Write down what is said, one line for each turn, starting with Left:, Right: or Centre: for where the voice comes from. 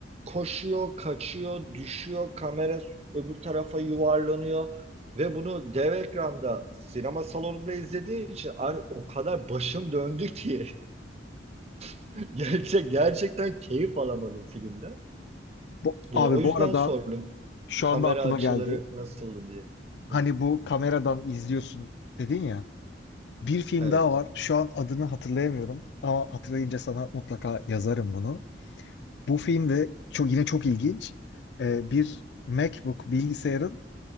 Right: Koşuyor, kaçıyor, düşüyor, kamera öbür tarafa yuvarlanıyor ve bunu dev ekranda sinema salonunda izlediğin için ar- o kadar başım döndü ki <laughs> gerçek gerçekten keyif alamadım filmden.
Left: Bu,
Right: E,
Left: abi
Right: o yüzden
Left: bu arada
Right: sordum
Left: şu
Right: kamera
Left: anda aklıma
Right: açıları
Left: geldi.
Right: nasıldı diye.
Left: Hani
Right: Hı,
Left: bu kameradan izliyorsun dedin ya. Bir film
Right: evet.
Left: daha var. Şu an adını hatırlayamıyorum. Ama hatırlayınca sana mutlaka yazarım bunu. Bu film de çok, yine çok ilginç. Ee, bir MacBook bilgisayarın